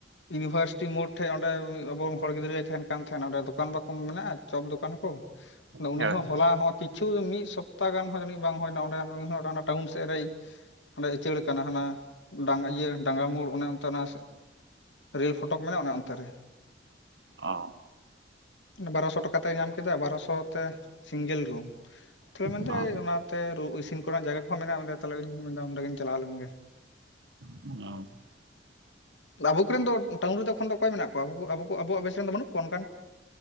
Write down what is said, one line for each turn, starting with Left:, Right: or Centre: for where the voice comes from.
Left: ᱤᱭᱩᱱᱤᱵᱷᱟᱨᱥᱤᱴᱤ ᱢᱳᱰ ᱴᱷᱮᱱ ᱚᱸᱰᱮ ᱟᱵᱚ ᱦᱚᱲ ᱜᱤᱫᱽᱨᱟᱹᱭ ᱛᱟᱦᱮᱱ <unintelligible> ᱚᱸᱰᱮ ᱫᱚᱠᱟᱱ ᱵᱟᱠᱚ ᱢᱮᱱᱟᱜᱼᱟ ᱪᱚᱯ ᱫᱚᱠᱟᱱ ᱠᱚ ᱩᱱᱤ
Right: ᱦᱮᱸ
Left: ᱦᱚᱸ ᱦᱚᱞᱟ ᱦᱚᱸᱜ <unintelligible> ᱠᱤᱪᱷᱩ ᱢᱤᱫ ᱥᱚᱯᱛᱛᱟ ᱜᱟᱱ ᱦᱚᱸ ᱡᱟᱱᱤᱡ ᱵᱟᱝ ᱦᱩᱭᱱᱟ ᱚᱸᱰᱮ ᱴᱟᱣᱩᱱ ᱥᱮᱫ ᱨᱮᱭ ᱦᱟᱸᱰᱮ ᱩᱪᱟᱹᱲ ᱠᱟᱱᱟ ᱦᱟᱱᱟ ᱰᱟᱝ ᱤᱭᱟᱹ ᱰᱟᱝᱜᱨᱟ ᱢᱳᱲ ᱚᱱᱮ ᱚᱱᱛᱮ ᱚᱱᱟ ᱨᱮᱞ ᱯᱷᱳᱴᱳᱚᱠ ᱢᱮᱱᱟᱜᱼᱟ ᱚᱱᱟ ᱚᱱᱛᱮ ᱨᱮ
Right: ᱚ
Left: ᱵᱟᱨᱚᱥᱚ ᱴᱟᱠᱟ ᱛᱮᱭ ᱧᱟᱢ ᱠᱮᱫᱟ ᱵᱟᱨᱚᱥᱚ ᱛᱮ ᱥᱤᱝᱜᱮᱞ ᱨᱩᱢ ᱛᱟᱦᱞᱮ ᱢᱮᱱᱫᱟ
Right: ᱚ
Left: ᱚᱱᱟᱛᱮ ᱤᱥᱤᱱ ᱠᱚᱨᱮᱱᱟᱜ ᱡᱟᱭᱜᱟ ᱠᱚᱦᱚᱸ ᱢᱮᱱᱟᱜᱼᱟ ᱛᱟᱦᱮᱧ ᱢᱮᱱᱫᱟ ᱚᱱᱰᱮᱜᱤᱧ ᱪᱟᱞᱟᱣ ᱞᱮᱱ ᱜᱮ
Right: ᱦᱮᱸ <unintelligible>
Left: ᱟᱵᱚ ᱠᱚᱱ ᱫᱚ ᱴᱟᱣᱩᱱ ᱨᱮᱫᱚᱠᱷᱚᱱ ᱫᱚ ᱚᱠᱚᱭ ᱢᱮᱱᱟᱜ ᱠᱚᱣᱟ ᱟᱵᱚ ᱟᱵᱚ ᱠᱚ ᱟᱵᱚᱣᱟᱜ ᱵᱮᱪ ᱨᱮᱱ ᱫᱚ ᱵᱟᱹᱱᱩᱜ ᱠᱚᱣᱟ ᱚᱱᱠᱟᱱ